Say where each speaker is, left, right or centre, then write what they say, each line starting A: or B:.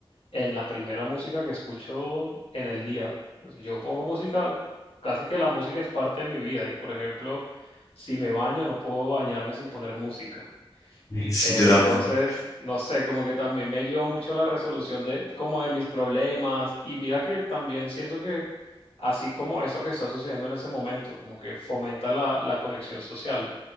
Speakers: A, on the left (about 75°); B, on the left (about 35°).
A: en la primera música que escucho en el día. Pues, Yo pongo música, casi que la música es parte de mi vida y, por ejemplo, si me baño, no puedo bañarme sin poner música.
B: <laughs> Sí,
A: Eh,
B: yo tampoco.
A: entonces, no sé, como que también me ayuda mucho la resolución de como de mis problemas y mira que también siento que así como eso que está sucediendo en ese momento, como que fomenta la, la conexión social,